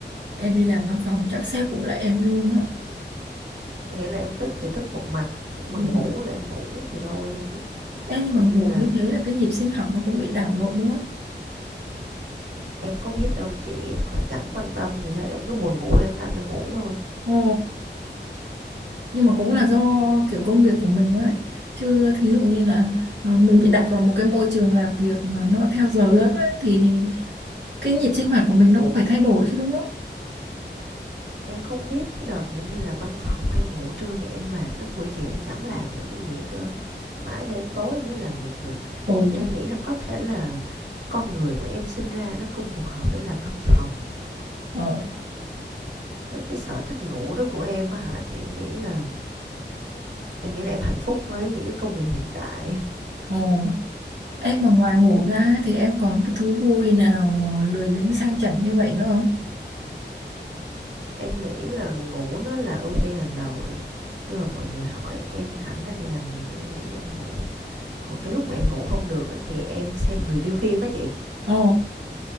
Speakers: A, on the right (about 65°); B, on the right (about 80°).
A: Em đi làm văn phòng chắc sếp cũng lại em luôn á.
B: nghĩa là em thức thì thức một mạch mà
A: Ừ. Ừ.
B: ngủ là em ngủ thì thôi luôn đó
A: Ê, nhưng
B: coi
A: mà
B: như
A: ngủ
B: là
A: như thế là cái nhịp sinh học nó cũng bị đảo lộn đúng không?
B: em có biết đâu chị em có chẳng quan tâm gì hết em cứ buồn ngủ là em lăn ra ngủ thôi
A: Ồ nhưng mà cũng là do kiểu công việc của mình ấy chứ thí dụ như là ờ, mình bị đặt vào một cái môi trường làm việc mà nó theo giờ giấc ấy thì cái nhịp sinh hoạt của mình nó cũng phải thay đổi chứ đúng không
B: em không biết cái đợt mà em đi làm văn phòng em ngủ trưa vậy em mệt lắm buổi chiều em chẳng làm được cái gì hết trơn mãi cho đến tối em mới làm việc được
A: Ồ,
B: nên
A: trời.
B: em nghĩ là có thể là cái con người của em sinh ra nó không phù hợp để làm văn phòng
A: ờ
B: với cái sở thích ngủ đó của em á hả thì em nghĩ là em nghĩ là em hạnh phúc với những cái công việc hiện tại
A: ờ em mà ngoài ngủ ra ấy, thì em còn cái thú vui nào lười biếng sang chảnh như vậy nữa không
B: em nghĩ là ngủ nó là ưu tiên hàng đầu rồi khi mà mọi người hỏi em rảnh ra thì làm gì thì em nghĩ là em ngủ còn cái lúc mà em ngủ không được á, thì em xem review phim á chị
A: Ồ,